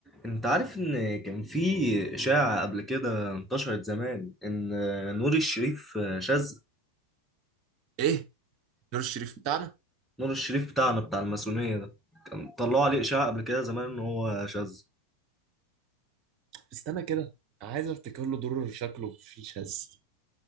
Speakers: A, in the centre; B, on the right.
A: انت عارف ان كان في اشاعة قبل كده انتشرت زمان ان نور الشريف شاذ
B: ايه نور الشريف بتاعنا
A: نور الشريف بتاعنا بتاع الماسونية ده كان طلعوا عليه اشاعة قبل كده زمان ان هو شاذ
B: استنى كده عايز افتكر له دور شكله في شاذ